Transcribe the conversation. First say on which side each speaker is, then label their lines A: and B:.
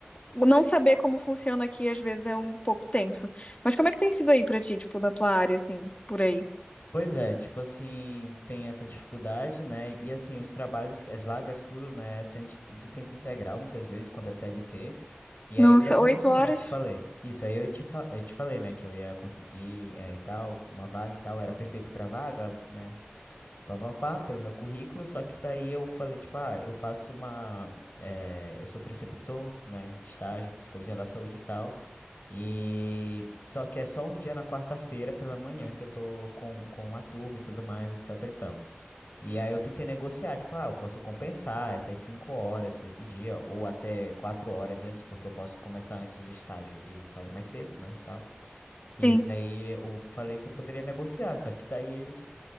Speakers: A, on the left; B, on the left.
A: não saber como funciona aqui às vezes é um pouco tenso. Mas como é que tem sido aí pra ti, tipo, na tua área, assim, por aí?
B: Pois é, tipo assim, tem essa dificuldade, né, e assim, os trabalhos, as vagas, tudo, né, sendo de, de tempo integral, muitas vezes, quando é CLT, e
A: Nossa,
B: aí eu ia conseguir,
A: oito horas?
B: né, eu te falei. Isso, aí eu te, fa eu te falei, né, que eu ia conseguir, é, e tal, uma vaga e tal, era perfeito pra vaga, né, pá, pá, pá, pelo meu currículo, só que daí eu falei, tipo, ah, eu faço uma. eh, eu sou preceptor, né, de estágio, psicologia da saúde e tal, e só que é só um dia na quarta-feira pela manhã que eu tô com, com uma turma e tudo mais, etc e tal. E aí eu tentei negociar, tipo, ah, eu posso compensar essas cinco horas desse dia, ou até quatro horas antes, porque eu posso começar antes o estágio e sair mais cedo, né, e tal. E
A: Sim.
B: daí eu falei que eu poderia negociar, só que daí eles